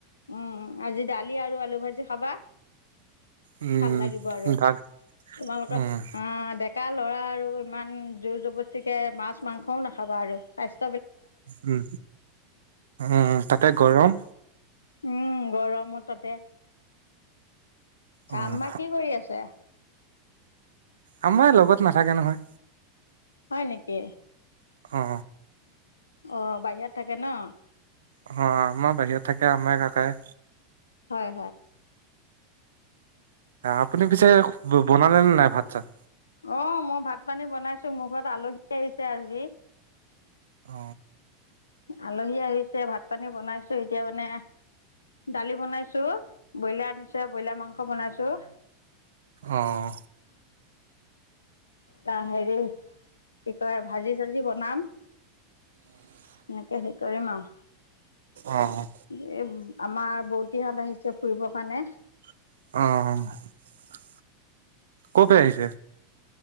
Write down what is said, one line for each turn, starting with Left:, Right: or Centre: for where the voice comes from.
Left: উম, আজি দালি আৰু আলু ভাজি খাবা।
Right: উম,
Left: ভাল লাগিব আৰু
Right: ভাল
Left: তোমালোকৰ
Right: উম,
Left: অ ডেকা ল'ৰা আৰু ইমান জোৰ জবস্তিকে মাছ- মাংসও নাখাবা আৰু স্বাস্থ্য
Right: উম উম তাতে গৰম।
Left: উম গৰমত ততে- তাম
Right: অ',
Left: মা কি কৰি আছে?
Right: আমাৰ লগত নাথাকে নহয়।
Left: হয় নেকি?
Right: অ।
Left: অ বাহিৰত থাকে ন।
Right: অ আমাৰ বাহিৰত থাকে আমাই, কাকাই।
Left: হয়।
Right: আপুনি পিছে বনালে নে নাই ভাত চাত?
Left: অ মই ভাত পানী বনাইছো, মোৰ ঘৰত আলহী আহিছে আজি।
Right: অ।
Left: আলহী আহিছে ভাত -পানী বনাইছো এতিয়া মানে দালি বনাইছোঁ, ব্ৰইলাৰ আনিছে ব্ৰইলাৰ মাংস বনাইছোঁ।
Right: অহ।
Left: তা হেৰি কি কয় ভাজি চাজি বনাম। এনেকেহে কৰিম আৰু
Right: অ',
Left: এই আমাৰ বৌতিহত আহিছে ফুৰিব কাৰণে।
Right: অ'। কৰ পে আহিছে?